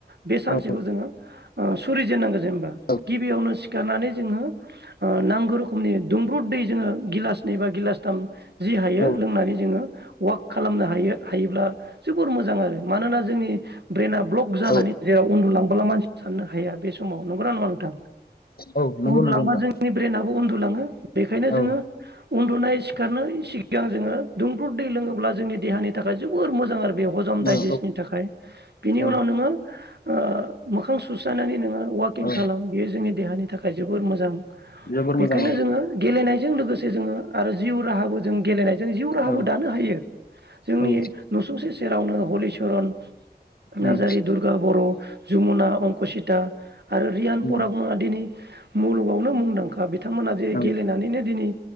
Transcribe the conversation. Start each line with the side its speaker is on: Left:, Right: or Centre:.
Right: बे सानसेखौ
Left: औ
Right: जोङो ओ सुरि जेनांगोन। जेनबा
Left: औ
Right: गिबियावनो सिखारनानै जोङो ओ नांगौ रोखमनि दुंब्रुद दै जोङो गिलास नै बा गिलासथाम जि हायो
Left: औ
Right: लोंनानै जोङो वाक खालामनो हायो। हायोब्ला जोबोर मोजां आरो मानोना जोंनि ब्रेना ब्लक जानानै
Left: औ
Right: जेराव उन्दुलां <unintelligible> सानो हाया बे समाव नंगौना नङा नोंथां
Left: औ नंगौ
Right: न्दुलांबा
Left: नंगौ नोंथां
Right: जोंनि ब्रेनाबो उन दुलाङो। बेखायनो
Left: औ
Right: जोङो उन्दुनाय सिखारनोय सिग गां जोङो दुंब्रुद दै लोङोब्ला जोंनि देहानि थाखाय जोबोर मोजां आरो। बे हजम दाइजेस्टनि
Left: औ
Right: थाखाय बिनि
Left: औ
Right: उनाव नोङो ओ मोखां सुस्रानानै नोङो अवाकिं
Left: औ
Right: खालाम बेयो जोंनि देहानि थाखाय जोबोर मोजां
Left: जोबोर
Right: बेखायनो
Left: मोजां औ
Right: जोङो गेलेनाय जों लोगोसे जोङो आरो जिउ राहाबो जों गेलेनाय जों जिउ राहाबो
Left: औ
Right: दानो हायो जोंनि
Left: औ
Right: नुसुंसे सेरावनो हलिचरन
Left: उम
Right: नार्जारि दुरगा बर' जमुना अंकसिता आरो रियान
Left: उम
Right: पराग मोनहा दिनै मुलुगावनो मुंदांखा बिद बिथांमोना जेरै
Left: औ
Right: गेलेनानैनो दिनै